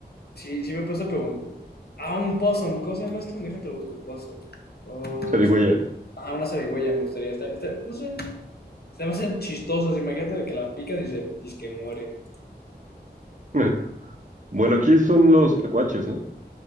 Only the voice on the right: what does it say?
Zarigüeya.
Ajá. Bueno, aquí son los tlacuaches, ¿no?